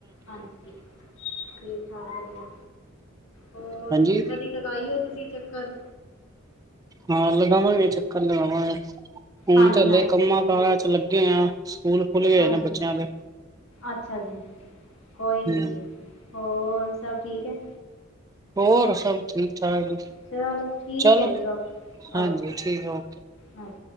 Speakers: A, on the left (about 70°); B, on the right (about 15°).
A: ਹਾਂਜੀ, ਠੀਕ ਠਾਕ, ਵਦੀਆ। ਹੋਰ?
B: ਹਾਂਜੀ
A: ਕਦੀ ਲਗਾਈਓ ਤੁਸੀਂ ਚੱਕਰ।
B: ਹਾਂ ਲਗਾਵਾਂਗੇ ਚੱਕਰ, ਲਗਾਵਾਂਗੇ, ਹੁਣ
A: ਹਾਂਜੀ
B: ਤੇ ਹੱਲੇ
A: ਹਾਂਜੀ
B: ਕੰਮਾਂ ਕਾਰਾਂ
A: ਹੋ
B: ਲੱਗੇ ਆਂ ਸਕੂਲ ਖੁੱਲ ਗਏ
A: ਹਾਂਜੀ,
B: ਨੇ ਬੱਚਿਆਂ ਦੇ
A: ਅੱਛਾ ਜੀ। ਕੋਈ ਨੀ
B: ਹੂੰ
A: ਜੀ, ਹੋਰ ਸਭ ਠੀਕ ਏ?
B: ਹੋਰ ਸਭ ਠੀਕ ਠਾਕ।
A: ਚਲੋ ਠੀਕ
B: ਚਲੋ
A: ਏ ਜੀ, ਓਕੇ-ਓਕ,
B: ਹਾਂਜੀ ਠੀਕ ਹੈ ਓਕੇ
A: ਓਕੇ।